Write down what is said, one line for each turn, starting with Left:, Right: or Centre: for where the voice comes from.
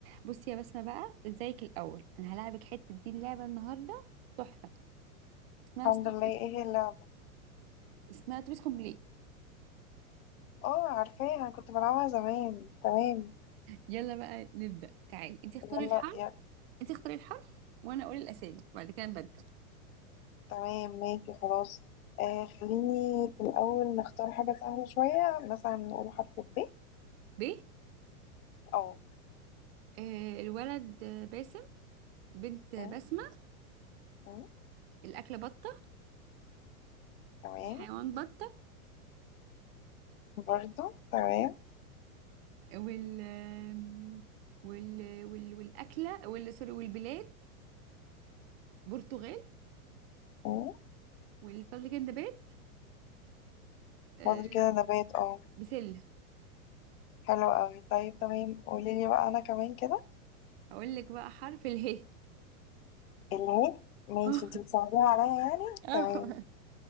Right: بصي يا بسمة بقى ازيك الأول أنا هلاعبك حتة دي اللعبة النهاردة تحفة اسمها
Left: الحمد
Right: ستوب
Left: لله ايه هي اللعبة
Right: اسمها توبيس كومبلي
Left: اه عارفاها انا كنت بلعبها زمان تمام
Right: يلا بقى نبدأ تعالي انت اختاري
Left: يلا
Right: الحرف
Left: يلا
Right: انت اختاري الحرف وأنا أقول الأسامي وبعد كده نبدل
Left: تمام ماشي خلاص آه خليني في الأول نختار حاجة سهلة شوية مثلا نقول حرف ب
Right: ب
Left: اه
Right: آه، الولد آه، باسم بنت آه،
Left: م-
Right: بسمة
Left: م-
Right: الأكلة بطة
Left: تمام
Right: والحيوان بطة
Left: برضو تمام
Right: وال آم، وال وال والأكلة وال سوري والبلاد برتغال
Left: م.
Right: والفضل كان نبات آه،
Left: فاضل كده نبات اه
Right: بسلة
Left: حلو اوي طيب تمام قوليلي بقى انا كمان كده
Right: هقول لك بقى حرف اله
Left: اله ماشي
Right: اه
Left: انت بتصعبيها عليا يعني
Right: <laughs> اه
Left: تمام